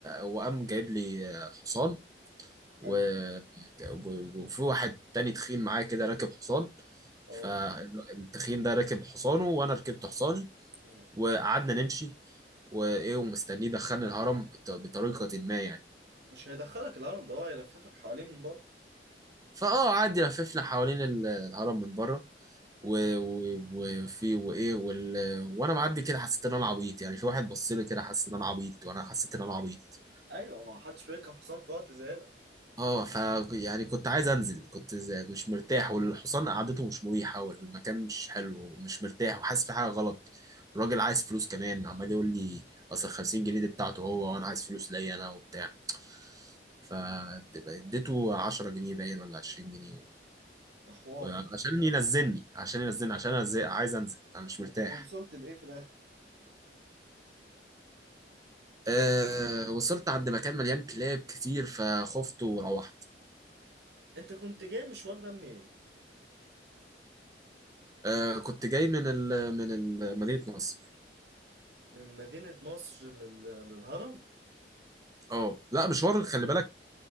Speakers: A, on the right; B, on the right.
A: وقام جايب لي آه، حصان و...
B: حلو
A: و- وفي واحد تاني تخين معايا كده راكب حصان
B: اه
A: فالتخين ده راكب حصانه وانا ركبت حصاني
B: مم.
A: وقعدنا نمشي وايه ومستنيه دخلني الهرم بط- بطريقه ما يعني
B: مش هيدخلك الهرم ده هو هيلففك حواليه من بره
A: فاه قعد يلففنا حوالين ال- الهرم من بره و-
B: اه
A: و- وفي وايه وال... وانا معدي كده حسيت ان انا عبيط يعني في واحد بص لي كده حسيت ان انا عبيط وانا حسيت ان انا عبيط
B: ايوه ما حدش بيركب حصان في وقت زي ده
A: اه ف يعني كنت عايز انزل كنت زي- مش مرتاح والحصان قعدته مش مريحه والمكان مش حلو ومش مرتاح وحاسس في حاجه غلط الراجل عايز فلوس كمان عمال يقول لي اصل 50 جنيه دي بتاعته هو وانا عايز فلوس ليا انا وبتاع فاديته 10 جنيه باين ولا 20 جنيه
B: ده حوار
A: وعشان
B: ده
A: ينزلني عشان ينزلني عشان أنزل- عايز انزل انا مش
B: و-
A: مرتاح
B: ووصلت لإيه في الآخر؟
A: أه وصلت عند مكان مليان كلاب كتير فخفت وروحت
B: انت كنت جاي مشوار ده منين
A: أه كنت جاي من ال من ال مدينة نصر
B: من مدينة نصر لل... للهرم
A: اه لا مشوار خلي بالك